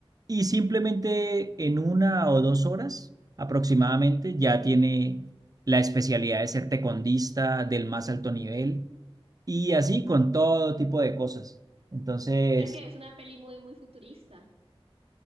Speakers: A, on the right; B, on the right.
A: y simplemente en una o dos horas aproximadamente ya tiene la especialidad de ser taekwondista del más alto nivel y así con todo tipo de cosas. Entonces,
B: O sea que es una peli muy, muy futurista.